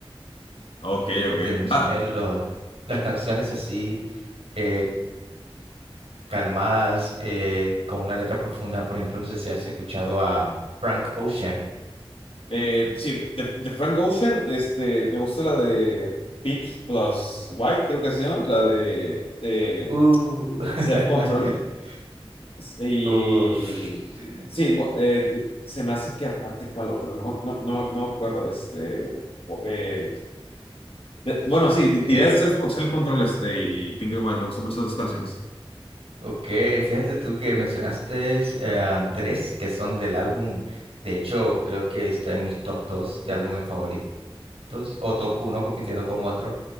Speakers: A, on the left (about 70°); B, on the right (about 75°).
A: Ok,
B: Como
A: ok.
B: te mencioné,
A: Va.
B: lo- las canciones así. eh, calmadas, eh, con una letra profunda, por ejemplo, no sé si has escuchado a Frank Ocean.
A: Eh, sí, de, de Frank Ocean, este, me gusta la de Peak plus White, creo que se llama, la de, de
B: Uh. <laughs>
A: Self Control. Y
B: Uf. sí.
A: sí, bo- eh, se me hace que aparte cuál otro, no, no, no, no me acuerdo. Este, eh, de- bueno, sí, di-
B: Eh,
A: diría Self, Self Control este, y Pink and White, me gustan mucho esas dos canciones.
B: ok, fíjate tú que mencionaste eh, tres que son del álbum. De hecho, creo que está en mis top dos de álbumes favoritos o top uno compitiendo con otro.